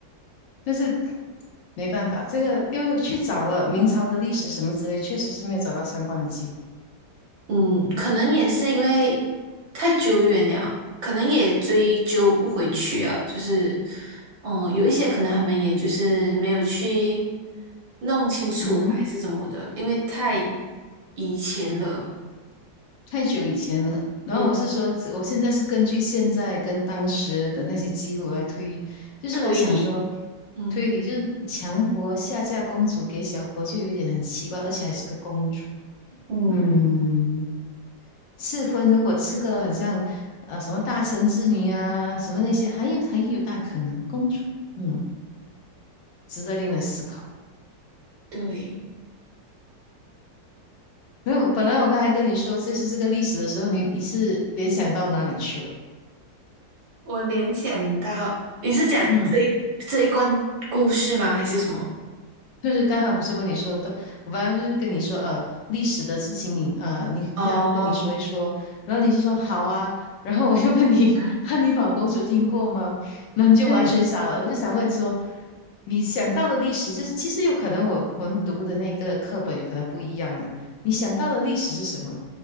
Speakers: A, on the left; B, on the right.
A: 但是没办法，这个因为去找了明朝的历史什么之类，确实是没有找到相关的记录。
B: 嗯，可能也是因为太久远了，可能也追究不回去啊。就是，嗯，有一些可能他们也就是没有去弄清楚还是怎么的，
A: 嗯哼。
B: 因为太以前了。
A: 太久以前了。然后我是说，
B: 嗯，
A: 我现在是根据现在跟当时的那些记录来推，就是来想说
B: 推理，嗯，
A: 推理，就是强国下嫁公主给小国，就有点很奇怪，而且还是个公主。
B: 嗯，
A: 嗯，赐婚如果赐个很像呃什么大臣之女啊，什么那些，还有还有大可能公主，嗯，值得令人思考。
B: 对，
A: <laughs> 那本来我刚才跟你说这是这个历史的时候，你你是联想到哪里去了？
B: 我联想到你是讲这一这一关故事吗？
A: 嗯。
B: 还是什么？
A: 就是刚才不是问你说的，我本来不是跟你说，呃，历史的事情你，呃，你这样跟你说一说，
B: 哦，
A: 然后你就说好啊，然后我就问你 <laughs>
B: <laughs>
A: 汉尼拔公主听过吗？那你就完全傻了。
B: 对。
A: 我就想问说，你想到的历史就是，其实有可能我我们读的那个课本有可能不一样了。你想到的历史是什么？